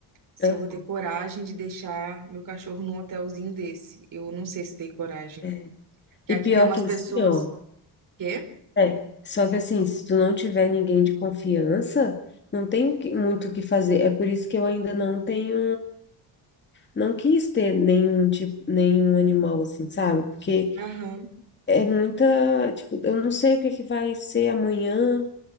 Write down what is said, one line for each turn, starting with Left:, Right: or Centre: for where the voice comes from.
Right: se
Left: Aham.
Right: eu vou ter coragem de deixar meu cachorro num hotelzinho desse. Eu não sei se tenho coragem.
Left: é.
Right: Que
Left: E
Right: aqui
Left: pior
Right: tem umas
Left: que assim,
Right: pessoas.
Left: ó.
Right: Quê?
Left: É, só que assim, se tu não tiver ninguém de confiança, não tem o que- muito o que fazer. É por isso que eu ainda não tenho, não quis ter nenhum tipo, nenhum animal assim, sabe? Porque
Right: Aham.
Left: é muita, tipo, eu não sei o que que vai ser amanhã,